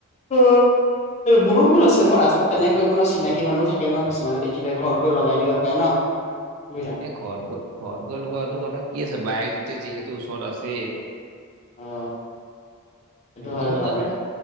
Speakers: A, on the left; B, on the right.
A: <inaudible> অ মোৰো ভুল আছে মই ৰাস্তাত তেনেকে কৰিব ন চিনাকি মানুহো থাকে ন কিছুমানে দেখিলে ঘৰত গৈ লগাই দিঅ। পাৰে ন বুইচা।
B: এ ঘৰত গৈ ঘৰত গৈ লগোৱাটো কথা কি আছে বাইক যেতিয়া যিহেতু ওচৰত আছে।
A: অ।
B: সেইটো
A: হয়
B: মানে
A: বাৰু
B: অলপ
A: দে